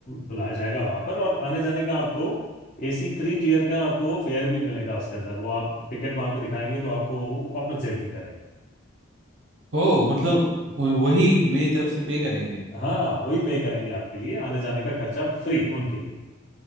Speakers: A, on the left (about 45°); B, on the right (about 80°).
A: बुलाया जाएगा वहां पर और आने जाने का आपको एसी थ्री टीयर का आपको फेयर भी मिलेगा उसके अंदर वो आप टिकट वहां पे दिखाएंगे तो आपको कॉम्पनसेट भी करेंगे
B: ओ मतलब वो- वही मेरी तरफ से पे करेंगे
A: हाँ वही पे करेंगे आपके लिए आने जाने का खर्चा फ्री उनके लिए